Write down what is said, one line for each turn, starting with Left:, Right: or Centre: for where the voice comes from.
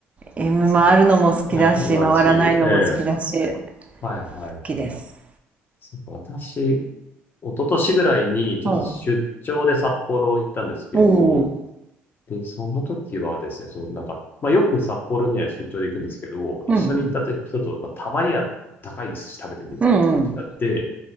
Right: M
Left: <laughs> す
Right: 回るのも好きだし、
Left: え素晴らしい。
Right: 回らないのも好きだし、
Left: ええ。
Right: 好
Left: はいはいはい。
Right: きです。
Left: そうか、私、一昨年ぐらいにちょっと出張で札幌行ったんですけど、
Right: うん。おお。
Left: で、その時はですね、そう、なんか、まあ、よく札幌には出張で行くんですけど、一緒に行った時人と、
Right: うん
Left: まあ、たまには高い寿司食べてみるかって感じになって、
Right: うん。